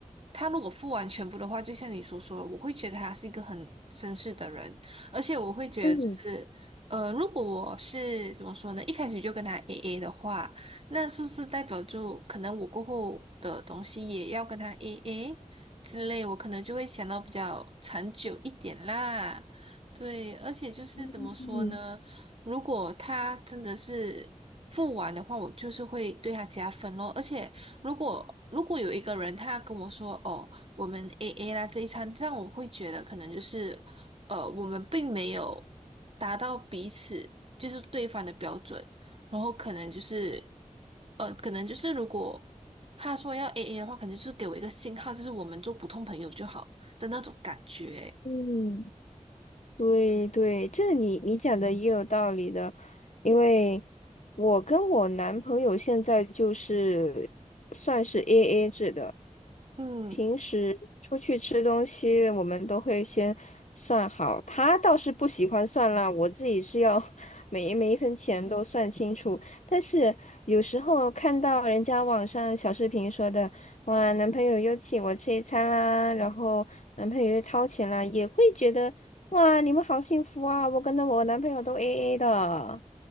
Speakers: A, on the right (about 50°); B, on the left (about 65°).
A: 他如果付完全部的话，就像你所说的，我会觉得他是一个很绅士的人，而且我会觉得就是，
B: 嗯
A: 呃，如果我是怎么说呢，一开始就跟他 AA 的话。那是不是代表就可能我过后的东西也要跟他 AA 之类，我可能就会想到比较长久一点啦。对，而且就是怎么说呢？
B: 嗯
A: 如果他真的是付完的话，我就是会对他加分咯。而且如果如果有一个人他跟我说哦，我们 AA 啦这一餐，这样我会觉得可能就是呃，我们并没有达到彼此就是对方的标准。然后可能就是，呃，可能就是如果他说要 AA 的话，可能就是给我一个信号，就是我们做普通朋友就好的那种感觉。
B: 嗯。对对，这你你讲的也有道理的，因为我跟我男朋友现在就是算是 AA 制的，
A: 嗯
B: 平时出去吃东西我们都会先算好，他倒是不喜欢算啦，我自己是要 <laughs> 每一每一分钱都算清楚，但是有时候看到人家网上小视频说的。哇，男朋友又请我吃一餐啦，然后男朋友又掏钱啦，也会觉得哇，你们好幸福啊！我跟着我男朋友都 AA 的，